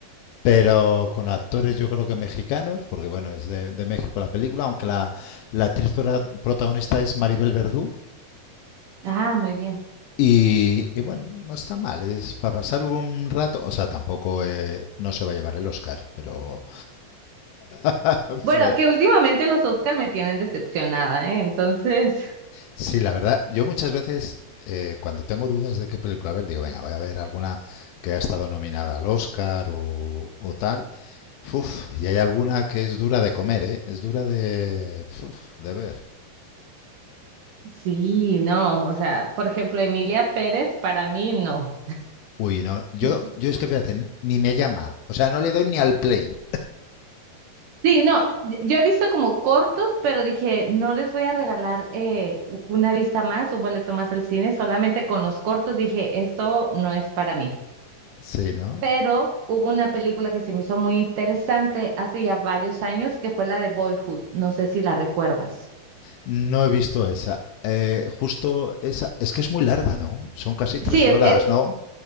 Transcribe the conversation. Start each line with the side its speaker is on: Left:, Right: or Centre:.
Left: pero con actores yo creo que mexicanos, porque bueno, es de, de México la película, aunque la, la actriz prota- protagonista es Maribel Verdú.
Right: Ah, muy bien.
Left: Y, y bueno, no está mal, es para pasar un rato, o sea, tampoco eh, no se va a llevar el Oscar, pero <laughs>
Right: Bueno, que últimamente los Oscar me tienen decepcionada, ¿eh? Entonces,
Left: sí, la verdad, yo muchas veces eh, cuando tengo dudas de qué película ver, digo, venga, voy a ver alguna que ha estado nominada al Oscar o, o tal. Uf, y hay alguna que es dura de comer, ¿eh? Es dura de, uf, de ver.
Right: <laughs> sí, no, o sea, por ejemplo, Emilia Pérez, para mí, no.
Left: Uy, no. Yo,
Right: No,
Left: yo es que fíjate, ni me llama. O sea, no le doy ni al play.
Right: Sí, no, yo he visto como cortos, pero dije, no les voy a regalar eh, u- una vista más, un boleto más al cine, solamente con los cortos dije, esto no es para mí.
Left: Sí, ¿no?
Right: Pero hubo una película que se me hizo muy interesante hace ya varios años, que fue la de Boyhood. No sé si la recuerdas.
Left: No he visto esa. Eh, justo esa. Es que es muy larga, ¿no? Son casi tres
Right: Sí, es,
Left: horas,
Right: es,
Left: ¿no?